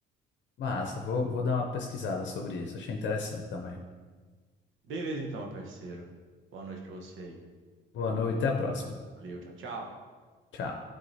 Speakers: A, on the left; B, on the right.
A: Massa, vou, vou dar uma pesquisada sobre isso. Achei interessante também.
B: Beleza, então, meu parceiro. Boa noite pra você aí.
A: Boa noite, até a próxima.
B: Valeu, tchau, tchau.
A: Tchau.